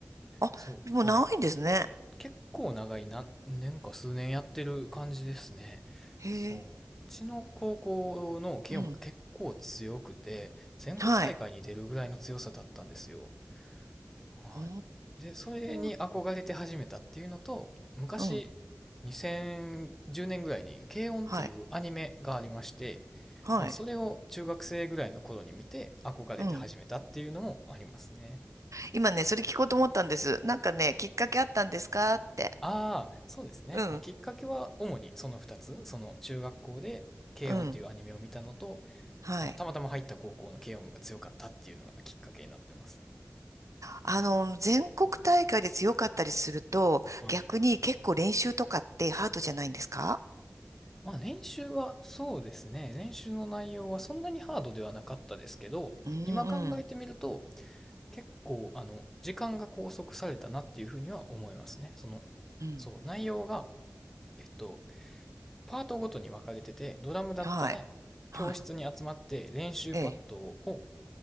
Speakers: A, on the right; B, in the centre.
A: あ、
B: そう。
A: もう長いんですね。
B: はい。結構長い何年か数年やってる感じですね。
A: へえ、
B: そう。うちの高校の軽音部が結構強くて、
A: うん、
B: 全国大会に出るぐらいの強さだったんですよ。
A: はい。
B: は
A: お
B: い。で、それに憧れて始めたっていうのと、
A: ー、
B: 昔、
A: うん、
B: 2010年ぐらいに、軽音っていうアニメがありまして、
A: はい、はい、
B: まあ、それを中学生ぐらいの頃に見て、憧れて始めたっていうのもありますね。
A: うん。今ね、それ聞こうと思ったんです。なんかね、きっかけあったんですかって。
B: ああ、そうですね。
A: うん、
B: まあ、きっかけは主にその2つ、その中学校で軽音っていうアニメを見たのと、
A: うん、はい。
B: あたまたま入った高校の軽音部が強かったっていうのがきっかけになってます。
A: あの、全国大会で強かったりすると、
B: はい。
A: 逆に結構練習とかってハードじゃないんですか
B: まあ練習はそうですね。練習の内容はそんなにハードではなかったですけど、
A: うん、
B: 今考えてみると
A: うん、
B: 結構あの時間が拘束されたなっていうふうには思いますね。その、
A: うん。
B: そう、内容が、えっと、パートごとに分かれてて、ドラムだったら
A: はい、はい。
B: 教室に集まって練習パッドを
A: ええ、